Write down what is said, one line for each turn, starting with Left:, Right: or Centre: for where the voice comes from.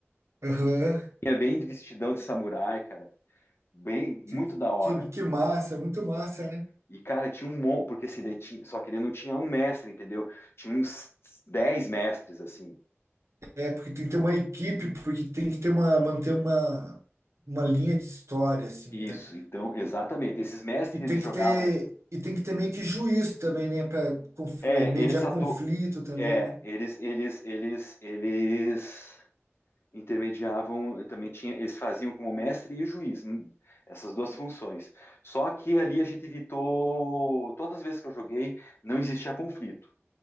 Right: aham.
Left: Tinha bem de vestidão de samurai, cara. Bem, muito
Right: Que,
Left: da hora.
Right: que, que massa, muito massa, né?
Left: E, cara, tinha um monte, porque assim, daí tinha- só que ele não tinha um mestre, entendeu? Tinha uns dez mestres, assim.
Right: É, porque tem que ter uma equipe, porque tem que ter uma, manter uma, uma linha de história, assim,
Left: Isso,
Right: né?
Left: então, exatamente. Esses mestres,
Right: E tem
Left: eles jogavam.
Right: que ter, e tem que ter meio que juízo também, né? Para
Left: É,
Right: mediar
Left: eles atu...
Right: conflito também,
Left: É,
Right: né?
Left: eles, eles, eles, eles. intermediavam, eh, também tinha, eles faziam como mestre e juiz, hum, essas duas funções. Só que ali a gente evitou, todas as vezes que eu joguei, não existia conflito,